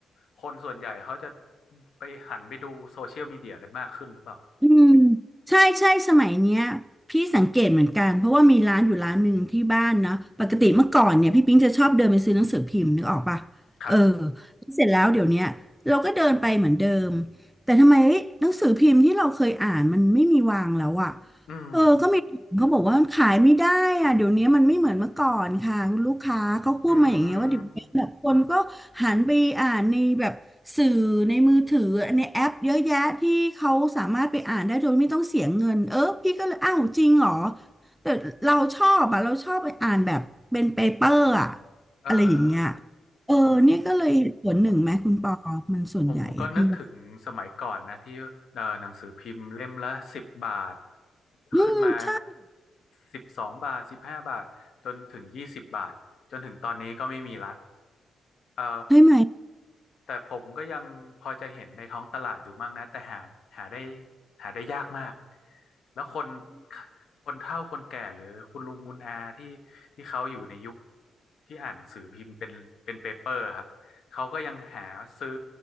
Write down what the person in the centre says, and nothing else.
อืมใช่ใช่สมัยเนี้ยพี่สังเกตเหมือนกันเพราะว่ามีร้านอยู่ร้านหนึ่งที่บ้านเนาะปกติเมื่อก่อนเนี่ยพี่ปิ๊งจะชอบเดินไปซื้อหนังสือพิมพ์นึกออกปะเออ
เสร็จแล้วเดี๋ยวเนี้ยเราก็เดินไปเหมือนเดิมแต่ทำไมหนังสือพิมพ์ที่เราเคยอ่านมันไม่มีวางแล้วอะ
เออก็มีเขาบอกว่าขายไม่ได้อะเดี๋ยวนี้มันไม่เหมือนเมื่อก่อนค่ะคุณลูกค้าเขาพูดมาอย่างเงี้ยว่าเดี๋ยวนี้แบบคนก็หันไปอ่านในแบบสื่อในมือถือในแอปเยอะแยะที่เขาสามารถไปอ่านได้โดยไม่ต้องเสียเงินเออพี่ก็เลยอ้าวจริงเหรอ
แต่เราชอบอะเราชอบไปอ่านแบบเป็นเปเปอร์อะ
อะไรอย่างเงี้ย
เออเนี่ยก็เลยเหตุผลหนึ่งไหมคุณปอมันส่วนใหญ่อะพี่ว่า
อืมใช่
ใช่ไหม